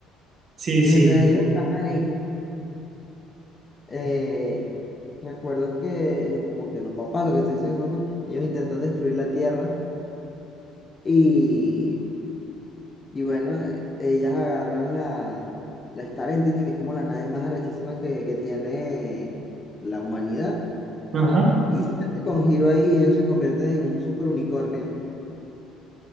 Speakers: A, on the right; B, on the left.
A: Sí, sí.
B: Mientras ellos están ahí, eh, recuerdo que los, como que los papás, lo que estoy diciendo, papás, ellos intentan destruir la tierra y, y bueno, eh, ellas agarran la, la Star Entity, que es como la nave más arrechísima que, que tiene la humanidad,
A: Ajá.
B: y se mete con giro ahí y ellos se convierten en un super unicornio.